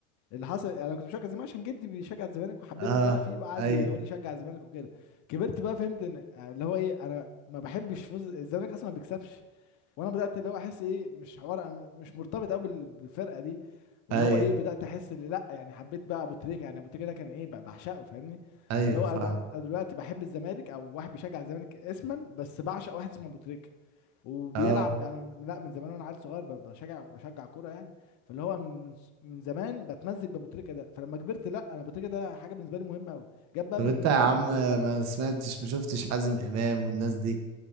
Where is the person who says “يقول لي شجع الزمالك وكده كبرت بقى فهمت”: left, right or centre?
Left